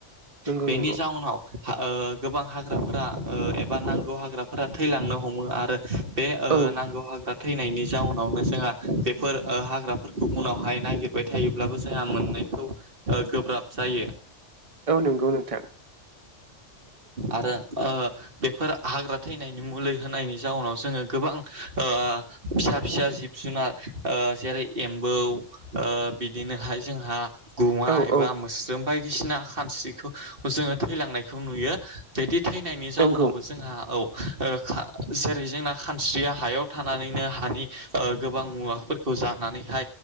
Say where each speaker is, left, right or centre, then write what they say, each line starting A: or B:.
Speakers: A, on the right (about 30°); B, on the right (about 50°).
A: नंगौ
B: बेनि
A: नंगौ
B: जाउनाव ओ गोबां हाग्राफोरा ओ एबा नांगौ हाग्राफोरा थैलांनो हमो आरो बे ओ
A: औ
B: नांगौ हाग्रा थैनायनि जाउनावनो जोंहा बेफोर ओ हाग्राफोरखौ उनावहाय नागिरबाय थायोब्लाबो जोंहा मोननाखौ खौ ओ गोब्राब जायो।
A: औ नंगौ नोंथां
B: आरो ओ बेफोर हाग्रा थैनायनि मुलि होनायनि जाउनाव जोङो गोबां ओ ओ फिसा फिसा जिब जुनार ओ जेरै एम्बौ बिदिनोहाय जोंहा गुमा
A: औ
B: एबा
A: औ
B: मोस्रोम बायदिसिना खानस्रिखौ जोङो थैलांनायखौ नुयो बिदि थैनायनि जाउनावबो
A: नंगौ
B: जोंहा औ ओ खा जेरै जोंना खानस्रिया हायाव थानानैनो हानि ओ गोबां मुवाफोरखौ जानानैहा